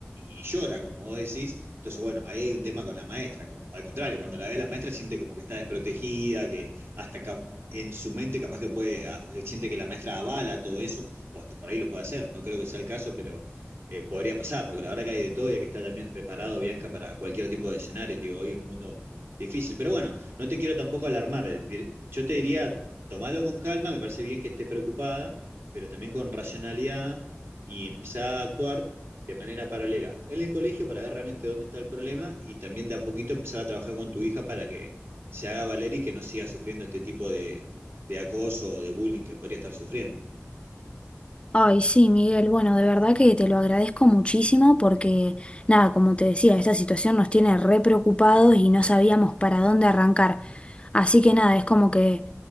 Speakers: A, on the right; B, on the left.
A: y- y llora, como vos decís. Entonces, bueno, ahí hay un tema con la maestra. con- al contrario, cuando la ve a la maestra siente como que está desprotegida, que hasta cap- en su mente capaz que puede, a- siente que la maestra avala todo eso, o hasta por ahí lo puede hacer, no creo que sea el caso, pero eh, podría pasar, porque la verdad que hay de todo y hay que estar también preparado, Bianca, para cualquier tipo de escenario. Digo, hoy es un mundo difícil. Pero bueno, no te quiero tampoco alarmar. Yo te diría, tomalo con calma, me parece bien que estés preocupada, pero también con racionalidad y empezar a actuar de manera paralela en el colegio para ver realmente dónde está el problema y también de a poquito empezar a trabajar con tu hija para que se haga valer y que no siga sufriendo este tipo de, de acoso o de bullying que podría estar sufriendo.
B: Ay, sí, Miguel, bueno, de verdad que te lo agradezco muchísimo porque, nada, como te decía, esta situación nos tiene re preocupados y no sabíamos para dónde arrancar. Así que nada, es como que